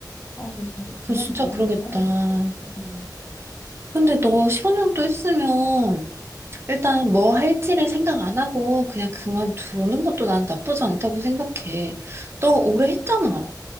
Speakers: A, on the left (about 30°); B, on the right (about 35°).
A: 아, 그래서 이제 그만
B: 그거 진짜
A: 너무
B: 그러겠다.
A: 그만하고 싶어. 음.
B: 근데 너1 5년 정도 했으면 일단 뭐 할지를 생각 안 하고 그냥 그만두는 것도 난 나쁘지 않다고 생각해. 너 오래 했잖아.